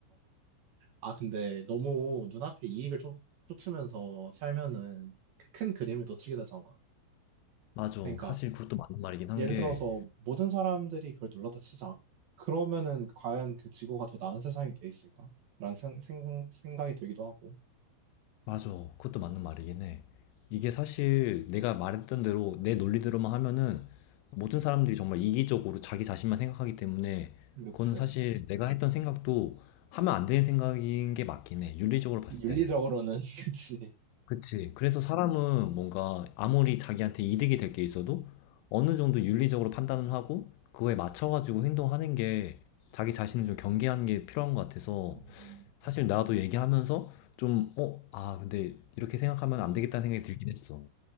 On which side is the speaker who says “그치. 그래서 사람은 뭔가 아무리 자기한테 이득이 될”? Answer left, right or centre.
Left